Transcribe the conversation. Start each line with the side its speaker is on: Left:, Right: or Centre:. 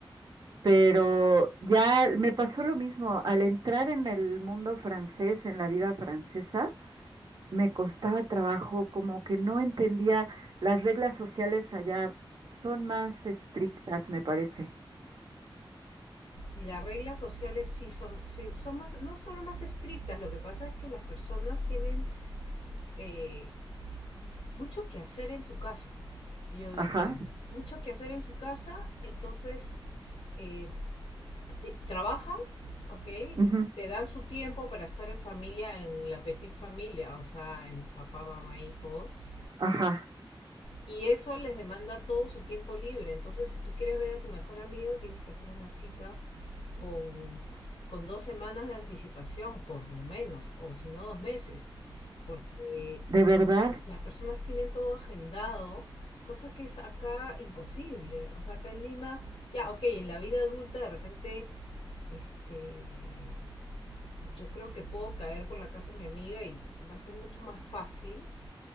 Right: Pero ya me pasó lo mismo, al entrar en el mundo francés, en la vida francesa, me costaba trabajo, como que no entendía, las reglas sociales allá son más estrictas, me parece.
Left: las reglas sociales sí son, sí son más, no solo más estrictas, lo que pasa es que las personas tienen eh, mucho que hacer en su casa, yo diría.
Right: Ajá,
Left: Mucho que hacer en su casa, entonces eh, te- trabajan, ¿ok?
Right: ujú,
Left: Te dan su tiempo para estar en familia, en la petit familia, o sea, en papá, mamá, hijos.
Right: ajá.
Left: Y eso les demanda todo su tiempo libre. Entonces, si tú quieres ver a tu mejor amigo, tienes que hacer una cita con, con dos semanas de anticipación, por lo menos, o si no dos meses, porque
Right: ¿De verdad?
Left: las personas tienen todo agendado, cosa que es acá imposible. O sea, acá en Lima, ya, ok, en la vida adulta de repente, este, yo creo que puedo caer por la casa de mi amiga y va a ser mucho más fácil